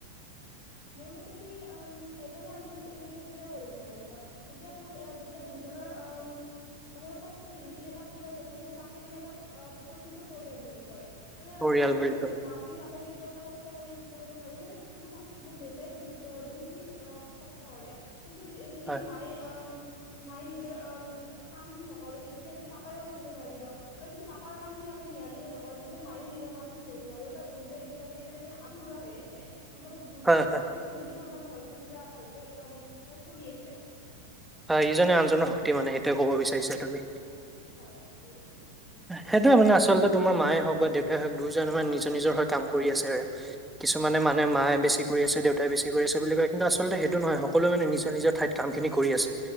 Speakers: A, on the left (about 45°); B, in the centre.
A: মোৰ মতেদি, আ ম এজনে আনজনক এৰি পিনে কেতিয়াও কৰিব নোৱাৰিব। যেতিয়া পৰি যেতিয়া দুজনৰ আ ম মানে কষ্ট মিলি পিনে এটা পৰিয়াল গঠন হয়। তাকে মানে এটা প্ৰকৃত পৰিয়াল বুলি কয়। মানে,
B: পৰিয়াল
A: অ', মোৰ
B: বুলি কলে
A: মাক এৰি পাপাই কি কেতিয়াও মানে কষ্ট কৰি কৰিব নোৱাৰিব। মানে মোৰ পা মোৰ দেউতাই বহুত বহুত খিনি কষ্ট কৰে। কিন্তু য যদি
B: হয়
A: মায়ে অ--ম মায়ে নিজৰ অ কাম খিনি নকৰে। তেয়া তেন্তে পাপাওঁ কৰিব নোৱাৰিব। আৰু যদি পাপাৰ কাম খিনি পাপায়ে নিয়াৰিকৈ নকৰে। তেন্তে মায়েও নিজৰ কামখিনি কৰিব নোৱাৰিব। বা দুটাই দুইটাক এৰি পিনে মানে আধৰুৱা হৈ আছে। ত মানে
B: হয়
A: ত কষ্টবিলাক
B: হয়
A: মিলিহে আমাৰ ঘৰখন পুৰা ভালকৈ অ উম চলি আছে।
B: হয়, ইজনে আনজনৰ শক্তি মানে সেইটোৱে ক'ব বিচাৰিছা তুমি।
A: হয় ঠিকেই কৈছা
B: সেইটোয়ে মানে আচলতে তোমাৰ মায়ে হওঁক বা দেউ এ হওঁক দুজনে মানে নিজৰ নিজৰ হৈ কাম কৰি আছে। কিছুমানে মানে মায়ে বেছি কৰি আছে। দেউতাই বেছি কৰি আছে। বুলি কয় কিন্তু আচলতে, সেইটো নহয় সকলোৱে নিজৰ নিজৰ ঠাইত কামখিনি কৰি আছে।